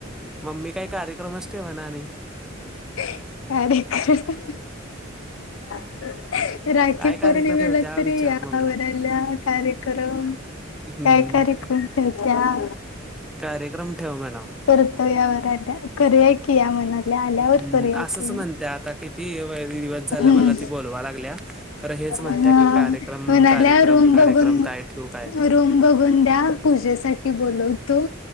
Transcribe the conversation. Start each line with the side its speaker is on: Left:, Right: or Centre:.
Centre: मम्मी काही कार्यक्रमच ठेवा ना आणि
Left: का ह ह राखी
Centre: काय कार्यक्रम
Left: पौर्णिमलात
Centre: ठेवत्या विचार
Left: यावररला
Centre: मम्मीला
Left: कार्यक्रम
Centre: हम्म
Left: काय कार्यक्रम ठ त्या
Centre: कार्यक्रम ठेव म्हणाव
Left: पर्तव या्या वराल्या करूय की या मनातल्या आल्यावर
Centre: हम्म,
Left: करूया
Centre: असंच
Left: की
Centre: म्हणत्या आता किती व- दिवस झालं
Left: हम्म
Centre: मला त बलावा लागल्या खर हेच म्हणत
Left: हा
Centre: की कार्यक्रम
Left: म्हणाल्या
Centre: कार्यक्रम
Left: रूम
Centre: कार्यक्रम
Left: बघून
Centre: काय ठेवू काय ठेवू
Left: रूम बघून द्या पूजेसाठीठी बोलवतो